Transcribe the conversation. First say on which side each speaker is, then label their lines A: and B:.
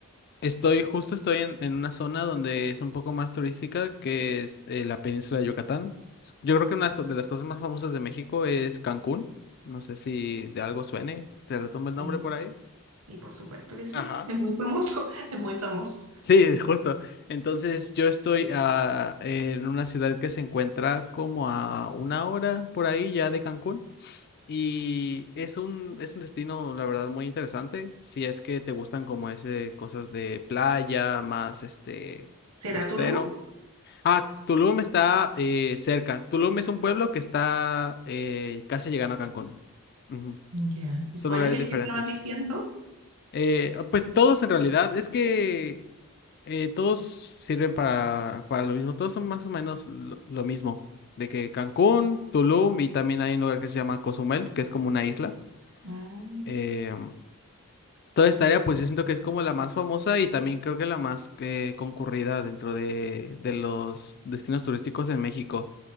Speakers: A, on the left; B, on the right.
A: Estoy, justo estoy en, en una zona donde es un poco más turística, que es eh, la península de Yucatán. Yo creo que una de las co- de las cosas más famosas de México es Cancún. No sé si de algo suene, se retumba el
B: Y,
A: nombre por ahí.
B: y por supuesto que sí.
A: Ajá.
B: Es muy famoso, <laughs> es muy famoso.
A: Sí, justo. Entonces yo estoy ah, en una ciudad que se encuentra como a una hora por ahí ya de Cancún. Y es un, es un destino, la verdad, muy interesante. Si es que te gustan como ese cosas de playa, más este
B: ¿Será
A: costero.
B: Tulum?
A: Ah, Tulum está eh, cerca. Tulum es un pueblo que está eh, casi llegando a Cancún. Ujú.
B: Ya. ¿Y
A: Son
B: cuál
A: lugares
B: es el
A: diferentes.
B: que estabas diciendo?
A: Eh, ah, pues todos en realidad, es que eh, todos sirven para, para lo mismo. Todos son más o menos lo, lo mismo. De que Cancún, Tulum y también hay un lugar que se llama Cozumel, que es como una isla.
B: Ah,
A: eh, Toda esta área, pues yo siento que es como la más famosa y también creo que la más eh, concurrida dentro de, de los destinos turísticos en México.